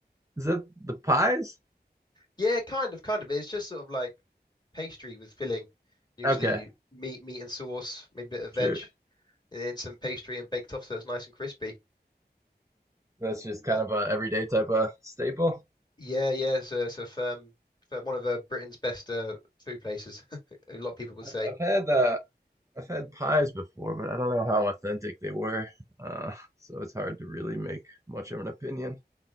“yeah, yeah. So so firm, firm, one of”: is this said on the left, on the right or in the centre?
Left